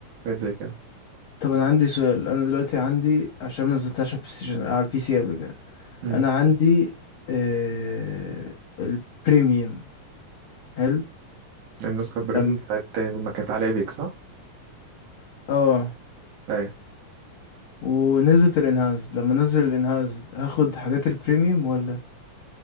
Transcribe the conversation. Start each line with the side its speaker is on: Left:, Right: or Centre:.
Right: حاجات زي كده
Left: طب انا عندي سؤال انا دلوقتي عندي عشان ما نزلتهاش على البلاي ستيشن على البي سي قبل كده
Right: امم
Left: انا عندي آه... البريميوم حلو
Right: النسخه البريم
Left: لما
Right: بتاعت ما كانت على ايبك صح
Left: اه
Right: ايوه
Left: ونزلت الانهانس لما نزل الانهانس هاخد حاجات البريميوم ولا